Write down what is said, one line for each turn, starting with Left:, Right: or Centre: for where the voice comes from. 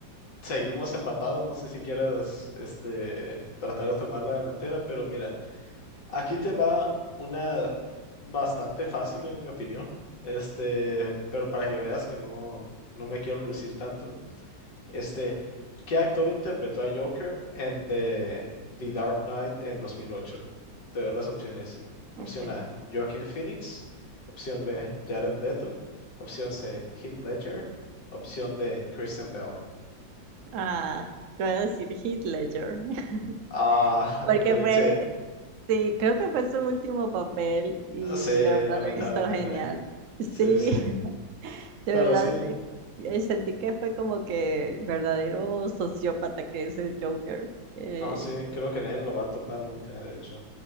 Left: Seguimos empatados, no sé si quieras este, tratar de tomar la delantera, pero mira, aquí te va una bastante fácil en mi opinión, este, pero para que veas que no, no me quiero lucir tanto, este, ¿qué actor interpretó a Joker en The, The Dark Knight en 2008? Te doy las opciones.
Right: Ok.
Left: Opción A, Joaquin Phoenix, opción B, Jared Leto, opción C, Heath Ledger, opción D, Christian Bale.
Right: Ah, yo voy a decir Heath Ledger, <laughs>
Left: Ah, <laughs>
Right: porque
Left: ok,
Right: fue,
Left: sí,
Right: sí, creo que fue su último papel y
Left: sí,
Right: de verdad
Left: lamentablemente.
Right: lo hizo genial. Sí,
Left: Sí, sí.
Right: <laughs> de
Left: Pero
Right: verdad
Left: sí,
Right: eh, eh, sentí que fue como que el verdadero sociópata que es el Joker. Eh,
Left: no, sí, creo que nadie lo va a topar nunca, de hecho.